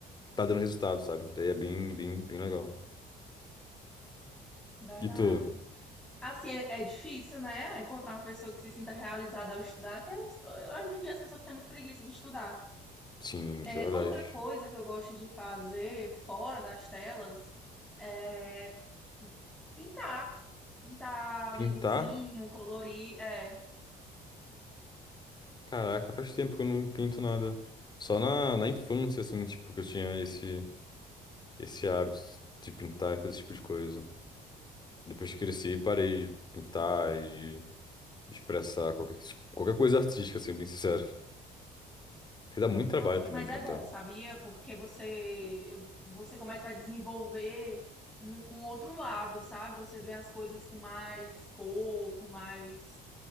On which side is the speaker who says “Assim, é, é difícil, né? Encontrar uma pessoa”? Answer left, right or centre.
Centre